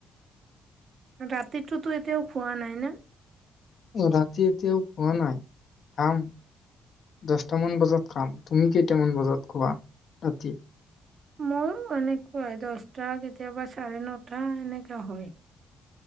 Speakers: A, on the right; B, on the left.
A: ৰাতিটোতো এতিয়াও খোৱা নাই না
B: ৰাতি এতিয়াও খোৱা নাই খাম দহটামান বজাত খাম তুমি কেইটামান বজাত খোৱা ৰাতি
A: ময়ো এনেকুৱাই দহটা কেতিয়াবা চাৰে নটা এনেককা হয়